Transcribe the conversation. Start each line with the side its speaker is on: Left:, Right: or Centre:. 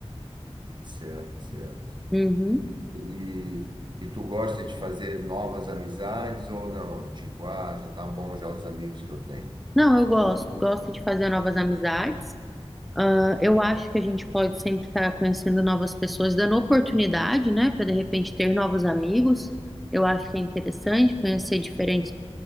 Right: Certo, certo.
Centre: Uhum.
Right: E, e tu gosta de fazer novas amizades ou não? Tipo, ah, já tá bom já os amigos que eu tenho.
Centre: Não, eu gosto, gosto de fazer novas amizades. Ah, eu acho que a gente pode sempre estar conhecendo novas pessoas, dando oportunidade, né, para de repente ter novos amigos. Eu acho que é interessante conhecer diferentes,